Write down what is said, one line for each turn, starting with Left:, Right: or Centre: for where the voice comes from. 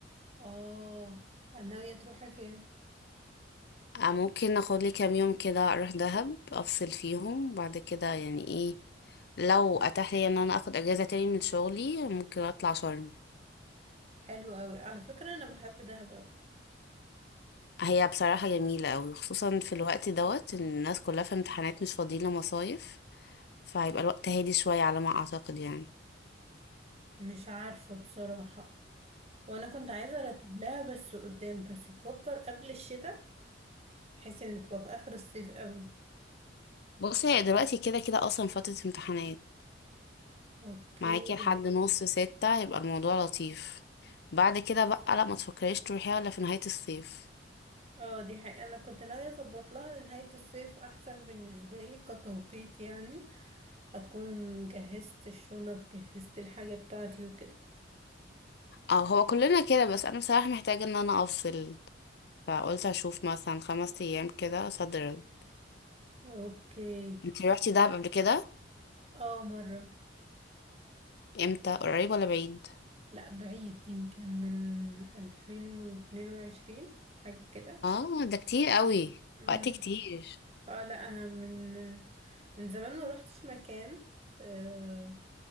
Right: اه ناوية تروحي فين؟
Left: آه ممكن اخد لي كام يوم كده اروح دهب افصل فيهم بعد كده يعني ايه لو اتاح لي ان انا اخد اجازة تاني من شغلي ممكن اطلع شرم
Right: حلو قوي على فكرة انا بحب دهب قوي
Left: هي بصراحة جميلة قوي خصوصا في الوقت دوت ان الناس كلها في امتحانات مش فاضيين لمصايف فهيبقى الوقت هادي شوية على ما اعتقد يعني
Right: مش عارفة بصراحة وانا كنت عايزة ارتب لها بس قدام بس بفكر قبل الشتاء بحيث ان تبقى في اخر الصيف قوي
Left: بصي هي دلوقتي كده كده اصلا فترة امتحانات
Right: اوكي
Left: معاكي لحد نص ستة يبقى الموضوع لطيف بعد كده بقى لا ما تفكريش تروحيها الا في نهاية الصيف
Right: اه دي حقيقة انا كنت ناوية اظبط لها نهاية الصيف احسن بالنسبة لي كتوقيت يعني هكون جهزت الشنط جهزت الحاجة بتاعتي وكده
Left: اه هو كلنا كده بس انا بصراحة محتاجة ان انا افصل فقلت اشوف مثلا خمس ايام كده صدر
Right: اوكي
Left: انتي روحتي دهب قبل كده
Right: اه مرة
Left: امتى قريب ولا بعيد
Right: لا بعيد يمكن من ألفين واتنين وعشرين حاجة كده
Left: اه ده كتير قوي
Right: مم.
Left: وقت كتير
Right: اه لا انا من من زمان ما روحتش مكان آه